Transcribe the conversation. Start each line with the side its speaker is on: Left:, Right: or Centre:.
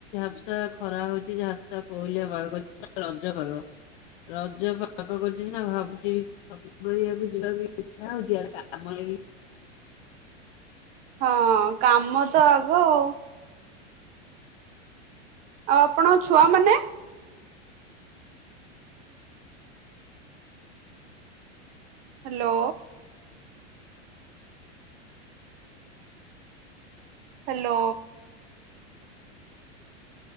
Left: ବର୍ଷା ଖରା ହଉଛି ଝାପସା କୋହଲିଆ ରଜ ପାଗ ରଜ ପାଗ କରିଛି ସିନା ଭାବୁଛି ସପିଙ୍ଗ କରିବାକୁ ଯିବାକୁ ଇଛା ହଉଛିଡ କାମ ଲ
Right: ହଁ କାମ ତ ଆଗ ଆଉ। ଆଉ ଆପଣଙ୍କ ଛୁଆ ମାନେ? ହ୍ୟାଲୋ। ହ୍ୟାଲୋ।